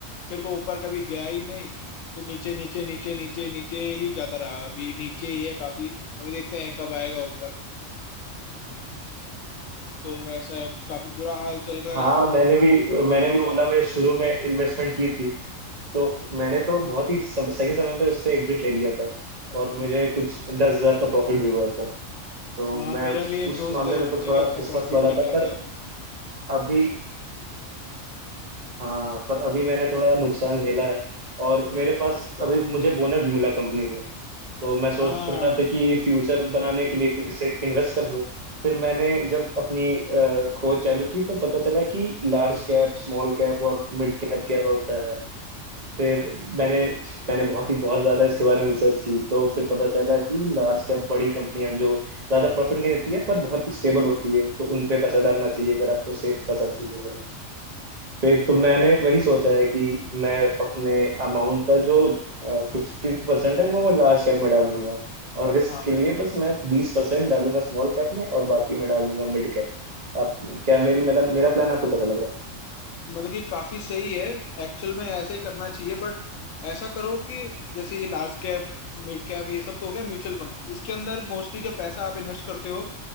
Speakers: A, on the left; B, on the right.
A: फिर वो ऊपर कभी गया ही नहीं फिर नीचे नीचे नीचे नीचे नीचे ही जाता रहा अभी नीचे ही है काफी अभी देखते हैं कब आएगा ऊपर तो वैसा है काफी बुरा हाल चल रहा
B: हाँ
A: है बट
B: मैंने भी मैंने भी ओला में शुरू में इन्वेस्टमेंट की थी तो मैंने तो बहुत ही सम, सही समय पे उससे एग्जिट ले लिया था और मुझे
A: अब
B: कुछ दस हजार का प्रॉफिट भी हुआ था तो
A: हाँ
B: मैं
A: मेरा
B: उस
A: भी एक
B: उस
A: दोस्त
B: मामले
A: है
B: में
A: उसने
B: तो थोड़ा
A: भी अच्छा
B: किस्मत
A: प्रॉफिट
B: वाला
A: कर लिया
B: था पर
A: था
B: अभी हाँ पर अभी मैंने थोड़ा नुकसान झेला है और मेरे पास अभी मुझे बोनस भी मिला कंपनी से तो मैं सोच
A: हाँ
B: रहा था कि फ्यूचर बनाने के लिए कुछ इसे इन्वेस्ट कर दूं फिर मैंने जब अपनी अ, खोज चालू की तो पता चला कि लार्ज कैप स्मॉल कैप और मिड कैप क्या होता है फिर मैंने मैंने बहुत ही बहुत ज्यादा इसके बारे में रिसर्च की तो फिर पता चला कि लार्ज कैप बड़ी कंपनियां जो ज्यादा प्रॉफिट नहीं देती है पर बहुत ही स्टेबल होती है तो उन पे पैसा
A: हाँ
B: डालना चाहिए अगर आपको सेफ पैसा चाहिए तो। फिर तो मैंने वही सोचा है कि मैं अपने अमाउंट का जो फिफ्टी परसेंट है मैं वो लार्ज कैप में डाल लूंगा और रिस्क
A: हाँ
B: के
A: हाँ
B: लिए बस मैं बीस परसेंट डालूंगा स्मॉल कैप में और बाकी मैं डाल दूंगा मिड कैप में आप क्या मेरी मेरा मेरा प्लान आपको कैसा लग रहा
A: मतलब कि काफी सही है एक्चुअल में ऐसा ही करना चाहिए बट ऐसा करो कि जैसे ये लार्ज कैप मिड कैप ये सब तो हो गया म्यूचुअल फंड इसके अंदर मोस्टली जो पैसा आप इन्वेस्ट करते हो